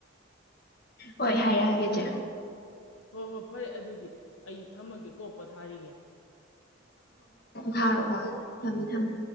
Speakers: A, on the left; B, on the left.
A: ꯍꯣꯏ ꯍꯥꯏꯔꯛꯑꯒꯦ ꯏꯆꯦ
B: ꯑꯣ ꯍꯣ ꯐꯔꯦ ꯑꯗꯨꯗꯤ ꯑꯩ ꯊꯝꯃꯒꯦ ꯀꯣꯛꯄ ꯊꯥꯔꯤꯒꯦ
A: ꯊꯥꯔꯣꯑꯣ ꯐ ꯊꯝꯃꯦ ꯊꯝꯃꯦ